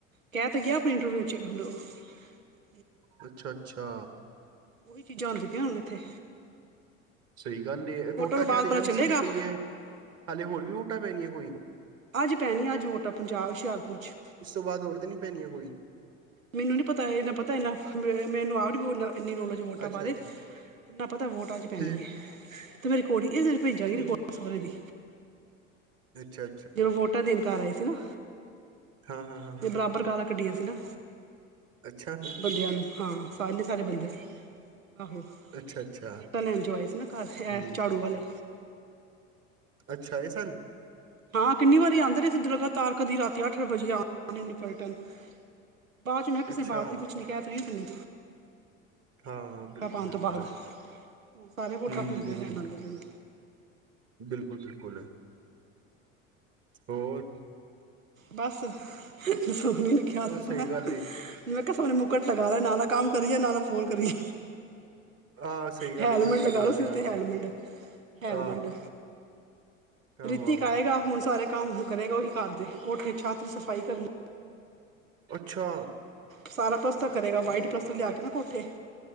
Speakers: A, on the right; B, on the right.
A: ਕੇਹ ਤੇ ਗਿਆ, ਆਪਣੇ ਇੰਟਰਵਿਊ ਇੱਚ <unintelligible>
B: ਅੱਛਾ-ਅੱਛਾ।
A: ਉਹੀ ਚੀਜ਼ਾਂ ਹੁੰਦੀ ਪਿਆਂ ਹੁਣ ਐਥੇ।
B: ਸਈ ਗੱਲ ਐ, ਏਹ ਵੋਟਾਂ
A: ਤੋਂ ਬਾਅਦ
B: ਕਾਦੇ,
A: ਪਤਾ
B: ਐਮ
A: ਚੱਲੇਗਾ
B: ਸੀ ਦੀ ਪਈਆਂ ਐ? ਹਾਲੇ ਹੋਰ ਵੀ ਵੋਟਾਂ ਪੈਣੀਆਂ ਕੋਈ?
A: ਆਜ ਪੈਣੀਆਂ ਅੱਜ ਵੋਟਾਂ, ਪੰਜਾਬ, ਹੁਸ਼ਿਆਰਪੁਰ ਚ।
B: ਇਸ ਤੋਂ ਬਾਅਦ ਹੋਰ ਤੇ ਨੀ ਪੈਣੀਆਂ ਕੋਈ?
A: ਮੈਨੂੰ ਨੀ ਪਤਾ, ਏਨਾ ਪਤਾ ਇੰਨਾ, ਮੇ ਮੈਨੂੰ ਆਪ ਨੀ ਮਤਲਬ ਇੰਨੀ ਨੌਲੇਜ ਵੋਟਾਂ
B: ਅੱਛਾ-ਅੱਛਾ
A: ਬਾਰੇ। ਇੰਨਾ ਪਤਾ ਵੋਟ ਅੱਜ ਪੈਣੀ
B: ਠੀਕ
A: ਏ, ਤੇ ਮੇਰੀ ਰੀਕੋੜੀ ਇਜ਼ ਰੇ ਭੇਜਾਗੀ
B: ਹਾਂ
A: ਰੀਕੋਡਿੰਗ ਸੋਹੁਰੇ ਦੀ।
B: ਅੱਛਾ।
A: ਜਦੋਂ ਵੋਟਾਂ ਦੇਨ ਕਾਰ ਆਏ ਸੀ ਨਾ,
B: ਹਾਂ-ਹਾਂ-ਹਾਂ-ਹਾਂ
A: ਤੇ ਬਰਾਬਰ ਗਾਲਾਂ ਕੱਢੀਆਂ ਸੀ ਨਾ।
B: ਅੱਛਾ
A: ਬੰਦੇਆਂ ਨੂੰ, ਹਾਂ ਸਾਰੇ ਨੇ ਸਾਰੇ ਬੰਦੇ। ਆਹੋ,
B: ਅੱਛਾ-ਅੱਛਾ
A: ਵੋਟਾਂ ਲੈਣ ਜੋ ਆਏ ਸੀ ਨਾ ਕਾਰ,
B: ਹੂੰ
A: ਏਹ ਝਾੜੂ ਵਾਲੇ।
B: ਅੱਛਾ ਆਏ ਸਨ?
A: ਹਾਂ ਕਿੰਨੀ ਵਾਰੀ ਆਦੇ ਰਏ ਸੀ ਲਗਾਤਾਰ, ਕਦੀ ਰਾਤੀ ਅੱਠ ਵਜੇ ਆ ਇੰਨੀ ਪਲਟਨ। ਬਾਅਦ ਚ ਮੈਂ ਕੇਆ ਕਿਸੇ
B: ਅੱਛਾ
A: ਨੇ ਬਾਤ ਨੀ ਪੁੱਛਣੀ, ਕੇਹ ਤੇ ਰਈ ਆ ਤੈਨੂੰ।
B: ਹਾਂ
A: ਵੋਟਾਂ
B: ਬਿਲਕੁਲ-ਬਿਲਕੁਲ
A: ਪਾਣ ਤੋਂ ਬਾਅਦ, ਸਾਰੇ
B: ਹੂੰ-ਹੂੰ-ਹੂੰ
A: ਵੋਟਾਂ <unintelligible> ਲੈਣ ਆਂਦੇ ਪੈ ਨੇ।
B: ਬਿਲਕੁਲ-ਬਿਲਕੁਲ। ਹੋਰ
A: ਬੱਸ। ਸੋਹਨੀ ਨੂੰ ਕੇਆ
B: ਆਹ ਸਹੀ
A: <unintelligible> ਮੈਂ,
B: ਗੱਲ ਏ
A: ਮੈਂ ਕੇਆ ਸੋਣੇ ਮੁਕਟ ਲਗਾ ਲੇ, ਨਾਲ-ਨਾਲ ਕੰਮ ਕਰੀ ਜਾ, ਨਾਲ-ਨਾਲ ਫੋਨ ਕਰੀ
B: ਆਹ ਸਹੀ ਗੱਲ
A: ਹੈਲਮੈਂਡ
B: ਏ ਬਲੂਟੂਥ
A: ਲਗਾ ਲਓ
B: ਲੈ
A: ਸਿਰ
B: ਕੰਨ
A: ਤੇ, ਹੈਲਮੰਡ,
B: 'ਚ
A: ਹੈਲਮੰਡ।
B: ਆਹ ਆਹੋ-ਆਹੋ
A: ਰੀਤੀਕ ਆਏਗਾ, ਹੁਣ ਸਾਰੇ ਕੰਮ ਕਰੇਗਾ, ਔਹੀ ਘਾਰ ਦੇ, ਕੋਠੇ ਛਾਤ ਸਫ਼ਾਈ ਕਰਨੀ
B: ਅੱਛਾ।
A: ਸਾਰਾ ਪਸਤਰ ਕਰੇਗਾ,
B: ਠੀਕ
A: ਵਾਈਟ ਪਲੱਸਤਰ
B: ਏ-ਠੀਕ
A: ਲਿਆ
B: ਏ
A: ਕੇ ਨਾ ਕੋਠੇ।